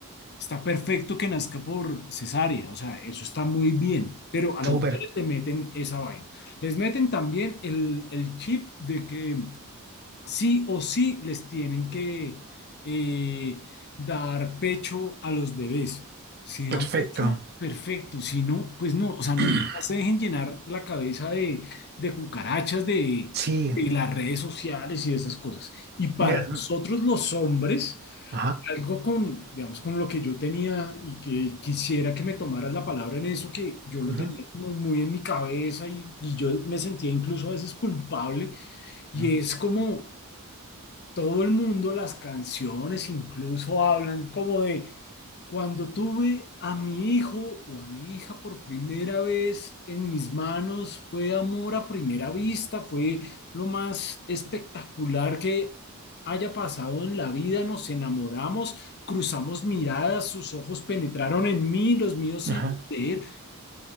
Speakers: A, on the left (about 50°); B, on the right (about 45°).
A: Está perfecto que nazca por cesárea, o sea, eso está muy bien, pero a las
B: súper,
A: mujeres le meten esa vaina. Les meten también el, el chip de que sí o sí les tienen que eh, dar pecho a los bebés. Si dan
B: perfecto.
A: pecho, perfecto. Si no, pues no, o sea, no,
B: <clears throat>
A: no se dejen llenar la cabeza de, de cucarachas, de,
B: Sí,
A: de las redes sociales y de esas cosas. Y para
B: me-
A: nosotros los hombres,
B: ajá,
A: algo con, digamos, con lo que yo tenía y que quisiera que me tomaras la palabra en eso, que yo lo
B: ujú,
A: tenía como muy en mi cabeza y, y yo me sentía incluso a veces culpable y
B: ujú,
A: es como todo el mundo, las canciones incluso hablan como de cuando tuve a mi hijo o a mi hija por primera vez en mis manos, fue amor a primera vista, fue lo más espectacular que haya pasado en la vida, nos enamoramos, cruzamos miradas, sus ojos penetraron en mí, los míos
B: ajá.
A: en usted.